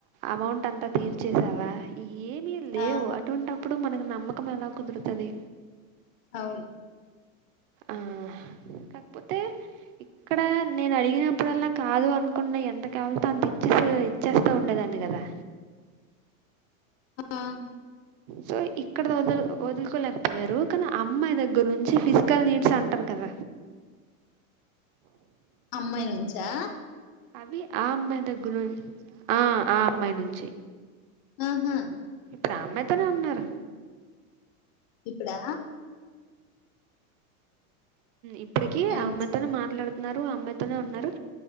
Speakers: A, on the right (about 40°); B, on the left (about 45°).
A: అమౌంట్ అంత అంత తీర్చేసావా ఈ ఏమిీ లేవు
B: ఆ
A: అటువంటప్పుడు మనకి నమ్మకం ఎలా కుదురుతుంది
B: అవును
A: ఆ కాక్పోతే ఇక్కడ నేను అడిగినప్పుడల్లా కాదు అనుకున్న ఎంత కావాల అంత ఇచ్చే ఇచ్చేస్తా ఉండేదాన్ని కదా
B: ఆ
A: సో ఇక్కడ వ వదులుకోలేకపోయారు కానీ అమ్మాయి దగ్గర నుంచి ఫిజ పకల్ నీట్ సంటరు కద
B: అమ్మాయించా
A: అవి ఆ అమ్మాయి దగ్గరు ఆ ఆ అమ్మాయి నుంచి
B: ఆహా
A: ఇప్పుడు అమ్మాయితోనే ఉన్నారు
B: ఇప్పుడా
A: ఇప్పడికి
B: మంచి
A: అమ్మాయితోనే మాట్లాడుతున్నారు అమ్మాయితోనే ఉన్నారు